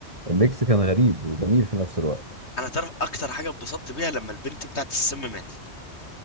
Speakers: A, on the right; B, on the left.
A: الميكس كان غريب وجميل في نفس الوقت
B: انا تعرف اكتر حاجه اتبسطت بيها لما البنت بتاعت السم ماتت